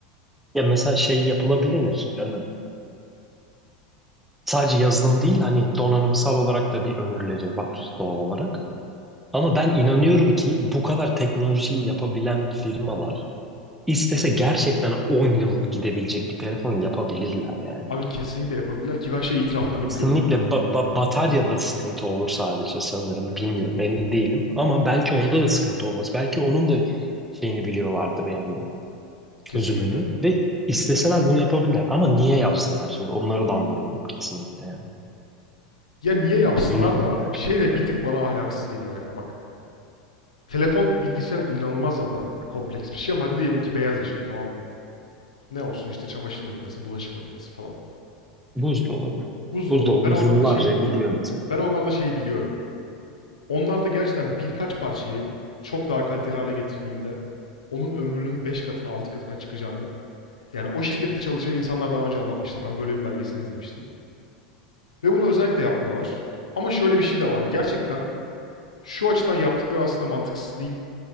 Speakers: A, in the centre; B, on the left (about 80°).
A: ya mesela şey yapılabilir. Ee, sadece yazılım değil hani donanımsal olarak da bir ömürleri var doğal olarak. Ama ben inanıyorum ki bu kadar teknolojiyi yapabilen firmalar istese gerçekten 10 yıl gidebilecek bir telefon yapabilirler yani.
B: Abi kesinlikle yapabilirler ki ben şey itiraflarını
A: Kesinlikle
B: biliyorum ya.
A: ba ba- bataryada sıkıntı olur sadece sanırım.
B: Evet.
A: Bilmiyorum, emin değilim. Ama belki onda da sıkıntı olmaz. Belki onun da şeyini biliyorlardır yani çözümünü.
B: Kesinlikle.
A: Ve isteseler bunu yapabilirler. Ama niye yapsınlar şimdi? Onları da anlıyorum kesinlikle yani.
B: Ya niye yapsınlar
A: Günü
B: da şey de bir tık bana ahlaksız geliyor ya. Bak telefon bilgisayar inanılmaz zaten kompleks bir şey ama hadi diyelim ki beyaz eşya tamam mı? Ne olsun işte çamaşır makinesi, bulaşık makinesi falan.
A: buzdolabı.
B: Buzdolabı.
A: Buzdolabı
B: Ben onlarda
A: yıllarca
B: şey biliyorum.
A: gidiyor mesela.
B: Ben onlarda şey biliyorum. Onlar da gerçekten birkaç parçayı çok daha kaliteli hale getirdiğinde onun ömrünün 5 katına 6 katına çıkacağını yani o şirkette çalışan insanlar daha önce anlatmıştı. Ben böyle bir belgesel izlemiştim. Ve bunu özellikle yapmıyorlar. Ama şöyle bir şey de var. Gerçekten şu açıdan yaptıkları aslında mantıksız değil.